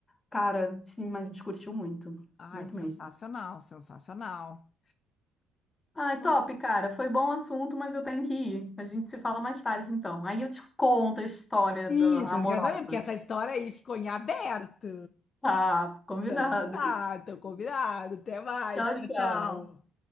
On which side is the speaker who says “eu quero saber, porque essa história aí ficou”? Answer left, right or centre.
Left